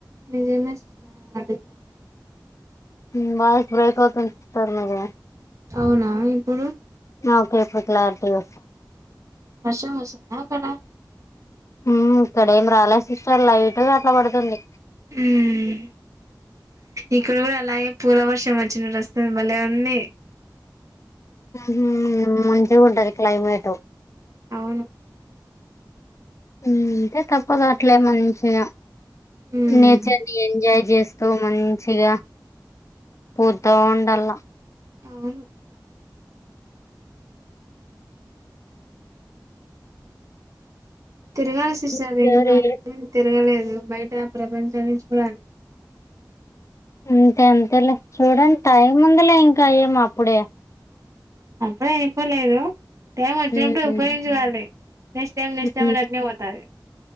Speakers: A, on the right; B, on the left.
A: నిజమే అది
B: మీ వాయిస్ బ్రేక్ అవుతుంది సార్ మీది
A: అవునా ఇప్పుడు
B: ఆ ఓకే ఇప్పుడు క్లారిటీగ
A: వర్షం వస్తుందా అక్కడ
B: మ్ ఇక్కడేం రాలే సిస్టర్ లైట్గ అట్ల పడుతుంది.
A: మ్ ఇక్కడ్ గుడా అలాగే పూల వర్షం వచ్చినట్ వస్తుంది బాలే అన్నీ
B: మ్ మంచిగుంటది క్లైమేటు
A: అవును
B: మ్ అంతే తప్పదు అట్లే మంచిగా
A: ఉమ్
B: నేచర్ని ఎంజాయ్ చేస్ స్తూ మంచిగ పోతా ఉండాల.
A: అవును. తిరగాల్ సిస్టర్
B: స్టోరీ
A: ఇంక నేన్ తిరగలేదు. ఇగో బయట ప్రపంచం నుంచి <inaudible>
B: అంతే అంతెలే చూడండ్ టైం ఉందిలే ఇంకా అయ్యేం అప్పుడే
A: అప్పుడే అయిపోలేదు టైం వచ్చినప్పుడు
B: ఉమ్,
A: ఉపయోగించుకోవాలి. నెక్స్ట్ టైం నెక్స్ట్
B: ఉమ్,
A: టైం అద్ అట్నే పోతాది.